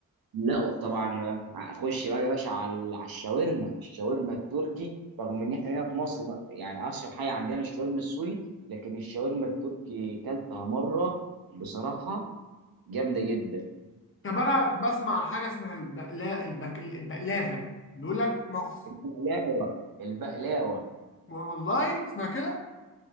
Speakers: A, on the right; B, on the left.
A: لا طبعا اخش بقى يا باشا على على الشاورما الشاورما التركي رغم ان احنا هنا في مصر ما- يعني اشهر حاجه عندنا الشاورما السوري لكن الشاورما التركي كلتها مره بصراحه جامده جدا
B: طب انا بسمع عن حاجة اسمها البقلا البك... البقلافة بيقول لك مخ
A: البقلاوه البقلاوه
B: والله اسمها كده